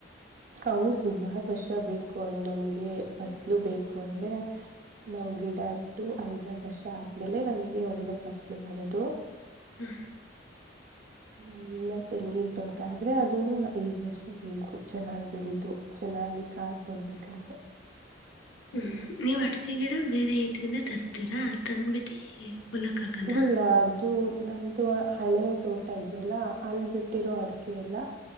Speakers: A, on the right; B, on the left.
A: ಅವು ಸುಮಾರು ವರ್ಷ ಬೇಕು ಅದು ನಮಗೆ ಫಸ್ಲು ಬೇಕು ಅಂದ್ರೆ ನಾವು ಗಿಡ ಇಟ್ಟು ಐದಾರು ವರ್ಷ ಆದ್ಮೇಲೆ ನಮಗೆ ಒಳ್ಳೆ ಫಸಲು ಬರದು
B: ಹ್ಮ್
A: ಹ್ಮಲ್ಲ ತೆಂಗಿನ ತೊಟ ಆದ್ರೆ ಅದನು ಐದ್ ವರ್ಷ ಬೇಕು ಚೆನ್ನಾಗಿ ಬೆಳತು ಚೆನ್ನಾಗಿ ಕಾಯ್ ಕೊಡ್ ಬೇಕಂದ್ರೆ
B: ಹ್ಮ್ ನೀವ್ ಅಡಿಕೆ ಗಿಡ ಬೇರೆ ಇದ್ದರಿಂದ ತರ್ತೀರಾ ತಂದ್ಬಿಟ್ಟಿ ಹೊಲಕ್ ಹಾಕದಾ
A: ಇಲ್ಲ ಅದು ನಮ್ದು ಹಳೆ ತೋಟ ಇದೆಯಲ್ಲ ಅಲ್ಲಿ ಬಿಟ್ಟಿರೋ ಅಡಿಕೆ ಎಲ್ಲ